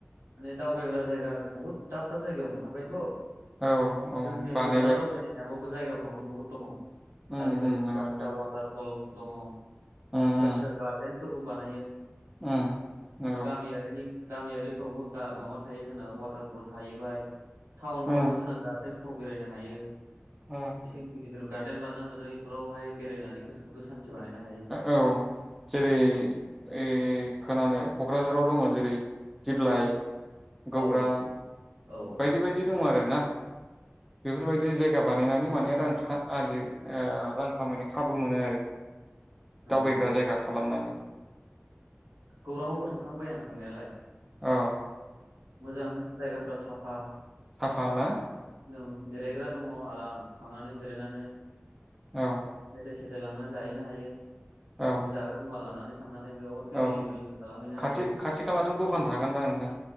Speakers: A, on the right; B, in the centre.
A: माने दावबायग्रा जायगा बहुद दाब दाब जायगायाव ओंखारबायथ'
B: औ औ
A: जोंनि
B: बानायबाय
A: गोजानाव दावबायनो हायाबो जायगाफ्रावनो बहुद दङ।
B: उम
A: आजिखालि
B: उम
A: फिसा
B: नंगौ नोंथां
A: फिसा वाटारफल दङ।
B: उम
A: फिसा
B: उम
A: फिसा गारदेन फोरबो बानायो।
B: उम
A: एबा
B: नंगौ
A: गामियारिनि गामियारिफ्रावबो गा माबा थायो जोंना वाटारफल थाहैबाय। टाउनफ्रावबो
B: उम
A: जोंना गार्देन थ' बेरायनो हायो
B: उम
A: एसे गिदिर द्रायाव गार्देन बानानानै दोनै बेफोरावहाय बेरायनानै गोसोफोरखौ सान्थि बानायनो हायो
B: ओ औ जेरै ए खोनानाय क'क्राझाराव दङ' जेरै दिप्लाइ
A: औ
B: गौरां
A: औ औ
B: बायदि बायदि दङ' आरो ना बेफोरबायदि जायगा बानायनानै माने रां खा आरजि ओ रां खामायनो खाबु मोनो आरो
A: नंगौ
B: दावबायग्रा
A: नंगौ
B: जायगा खालामनानै
A: गौराङावबो थांखांबाय आं थांनायालाय।
B: अ।
A: मोजां जायगाफोरा स साफा -
B: साफाना?
A: औ जिरायग्रा दङ' आराम। थांनानै जिरायनानै
B: औ
A: बेदेस फिथाइ लांनानै जाहैनो हायो
B: औ
A: बाखै जाग्रा मुवा लानानै माने बेयावहाय फेमिलिबो
B: औ
A: इनजय खालामहैनो हायो
B: खाथि खाथि खालाथ' दखान थागोन ना नोंथां